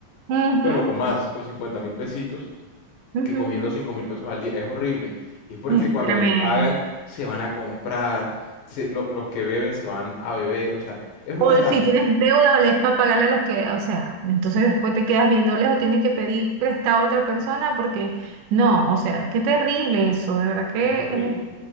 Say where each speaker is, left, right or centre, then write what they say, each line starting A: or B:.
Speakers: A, on the right; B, on the left.
A: ujú,
B: bueno, con más, con 50 mil pesitos
A: ujú.
B: que comiendo 5 mil pesos al día. Es horrible. Y es porque
A: Espérame.
B: cuando les pagan, se van a comprar, se- lo- los que beben se van a beber. O sea, es un
A: O
B: desastre.
A: si tienes deuda, le es para pagarle a los que, o sea, entonces después te quedas viéndoles o tienes que pedir prestado a otra persona porque no, o sea, qué terrible eso, de verdad que
B: Es horrible.
A: es